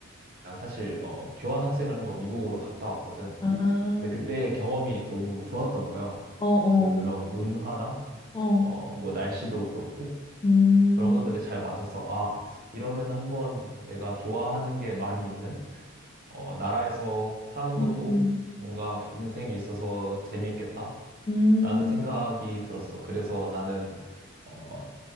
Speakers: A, on the right; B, on the left.
A: 내가 사실, 어, 교환학생을 한번 미국으로 갔다 왔거든.
B: 아,
A: 근데 그때 경험이 너무 좋았던 거야.
B: 어,
A: 그런
B: 어,
A: 문화나,
B: 어,
A: 어, 뭐 날씨도 그렇고
B: 음,
A: 그런 것들이 잘 맞아서 아, 이러면 한번 내가 좋아하는 게 많이 있는 어, 나라에서 사는
B: 음,
A: 것도 뭔가 인생에 있어서 재밌겠다라는
B: 음,
A: 생각이 들었어. 그래서 나는 어,